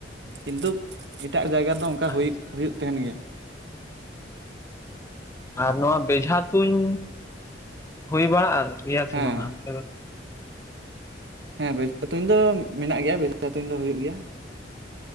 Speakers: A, on the right; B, on the left.
A: ᱠᱤᱱᱛᱩ ᱮᱴᱟᱜ ᱡᱟᱭᱜᱟ ᱨᱮᱫᱚ ᱚᱱᱠᱟ
B: ᱟᱪᱪᱷᱟ
A: ᱦᱩᱭᱩᱜ ᱛᱟᱦᱮᱸᱱ ᱜᱮᱭᱟ᱾
B: ᱟᱨ ᱱᱚᱣᱟ ᱵᱮᱡᱷᱟ ᱛᱩᱧ, ᱦᱩᱭ ᱵᱟᱲᱟᱜ-ᱟ, ᱜᱮᱭᱟ ᱥᱮ
A: ᱦᱮᱸ
B: ᱵᱟᱝᱟ ᱚᱱᱛᱮ ᱫᱚ?
A: ᱦᱮᱸ ᱵᱷᱮᱡᱟ ᱛᱩᱧ ᱫᱚ ᱢᱮᱱᱟᱜ ᱜᱮᱭᱟ ᱵᱷᱮᱡᱟ ᱛᱩᱧ ᱫᱚ ᱦᱩᱭᱩᱜ ᱜᱮᱭᱟ᱾